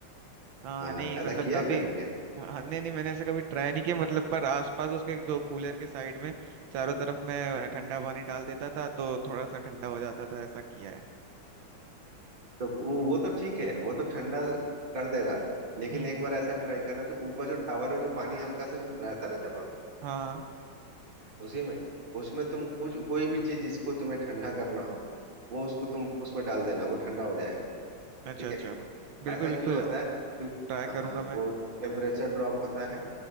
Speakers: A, on the right; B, on the right.
A: हाँ
B: हाँ
A: नहीं
B: ऐसा
A: मतलब
B: किया
A: काफी
B: कभी क्या
A: हाँ नहीं नहीं मैंने ऐसा कभी ट्राई नहीं किया मतलब पर आसपास उसके कूलर के साइड में चारों तरफ मैं ठंडा पानी डाल देता था तो थोड़ा सा ठंडा हो जाता था ऐसा किया है
B: तो वो वो तो ठीक है वो तो ठंडा कर दे रहा है लेकिन
A: हम्म
B: एक
A: हम्म,
B: बार ऐसा ट्राई करना जो ऊपर जो टावर में जो पानी हल्का सा जो रहता है ना जमा
A: हाँ
B: उसी में उसमें तुम कुछ कोई भी चीज जिसको तुम्हें ठंडा करना हो वो उसको तुम उसमें डाल देना वो ठंडा हो जाएगा
A: अच्छा
B: ठीक
A: अच्छा
B: है
A: बिल्कुल
B: ऐसा
A: बिल्कुल
B: क्यों होता है क्योंकि
A: ट्राई
B: हाँ
A: करूंगा
B: वो
A: मैं
B: टेम्परेचर ड्रॉप होता है